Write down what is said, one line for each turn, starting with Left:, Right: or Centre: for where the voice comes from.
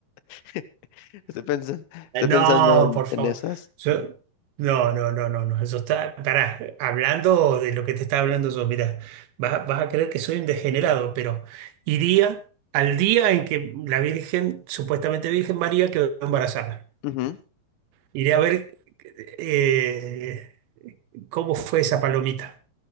Left: <laughs> Estoy pensando, estoy
Right: Eh, No,
Left: pensando en,
Right: por favor.
Left: en esas.
Right: Yo- no, no, no, no, no. Eso está. Pará, hablando de lo que te estaba hablando yo, mira, vas, a- vas a creer que soy un degenerado, pero iría al día en que la Virgen, supuestamente Virgen María, quedó embarazada.
Left: Ujú.
Right: Iré a ver eh, cómo fue esa palomita